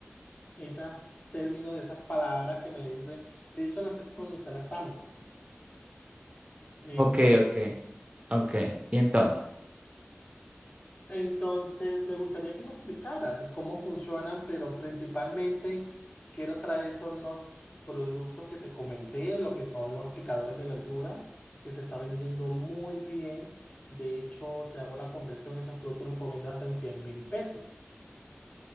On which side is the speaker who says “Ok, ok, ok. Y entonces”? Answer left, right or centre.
Right